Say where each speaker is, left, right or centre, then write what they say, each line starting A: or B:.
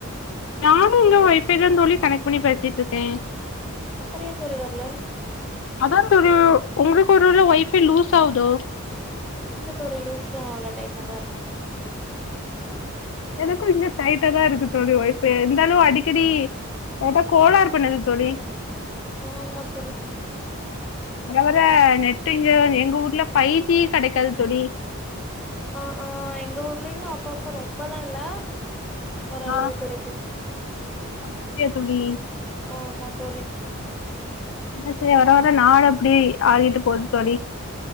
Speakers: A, on the left; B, in the centre.
A: நானு இங்க ஒய்ஃபை தா தோழி கனெக்ட் பண்ணி பேசிட்டு இருக்கே
B: அப்றோ ஏ தோழி வரல
A: அதா தோழி ஒ உங்களுக்கு ஒரு வேல ஒய்ஃபை லூஸ் ஆகுதோ
B: இல்ல தோழி லூஸ்லா ஆவள டைட்டா தா இருக்கு
A: எனக்கு இங்க டைட்டா தா இருக்கு தோழி ஓய்ஃபை இருந்தாலு அடிக்கடி ஏதோ கோளார் பண்ணது தோழி
B: ஆமா தோழி
A: வரவர நெட்டு் இங்க எங்க ஊர்ல ஃபைவ் ஜி கிடைக்காது தோழி
B: ஆ ஆ எங்க ஊர்லேயு அப்பப்போ ரொம்பலா இல்ல ஓரளவு
A: ஆ
B: கெடைக்குது
A: அப்டியா தோழி
B: ஆமா தோழி
A: என்ன செய்ய வர வர நாடு அப்டி ஆகிட்டு போகுது தோழி